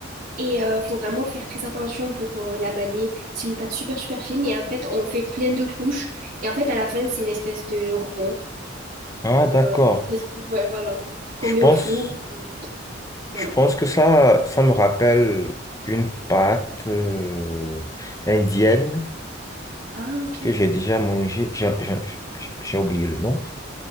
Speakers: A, on the right; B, on the left.
A: Et euh, faut vraiment faire très attention pour euh, la manier. C'est une pâte super super fine et en fait on fait plein de couches. Et en fait à la fin c'est une espèce de rond.
B: Ah,
A: Euh,
B: d'accord.
A: ouais, voilà. Qu'on
B: Je
A: met
B: pense,
A: au four. euh,
B: je
A: Voilà.
B: pense que ça, ça me rappelle une pâte euh, indienne
A: Ah, ok.
B: que j'ai déjà mangée. J'ai j'ai- j'ai- j'ai oublié le nom.